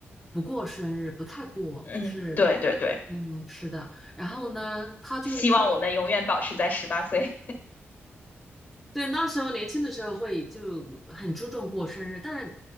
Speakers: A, in the centre; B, on the left.
A: 不过生日，不太过，
B: 嗯，
A: 就是，
B: 对对对，
A: 嗯，是的。然后呢，他就会，
B: 希望我们永远保持在十八岁。
A: 嗯对，那时候年轻的时候会就很注重过生日，但